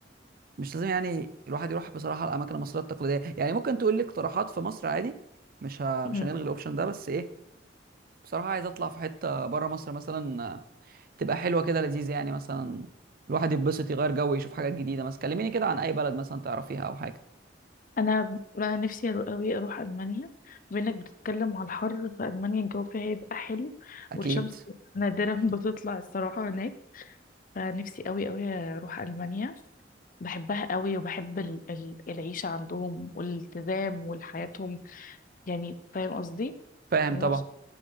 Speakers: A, on the right (about 50°); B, on the left (about 45°).
A: مش لازم يعني الواحد يروح بصراحه الاماكن المصريه التقليديه يعني ممكن تقول لي اقتراحات في مصر عادي مش ه... مش
B: مم.
A: هنلغي الاوبشن ده بس ايه بصراحه عايز اطلع في حته بره مصر مثلا آه، تبقى حلوه كده لذيذه يعني مثلا الواحد يتبسط يغير جو يشوف حاجات جديده مثلا كلميني كده عن اي بلد مثلا تعرفيها او حاجه
B: انا ب- أنا نفسي أرو- قوي اروح المانيا بانك بتتكلم على الحر في المانيا الجو فيها هيبقى حلو
A: اكيد
B: والشمس نادرا <laughs> بتطلع الصراحه هناك فنفسي قوي قوي اروح المانيا بحبها قوي وبحب ال- ال- العيشه عندهم والالتزام وحياتهم يعني فاهم قصدي
A: فاهم
B: هما
A: طبعا
B: بص-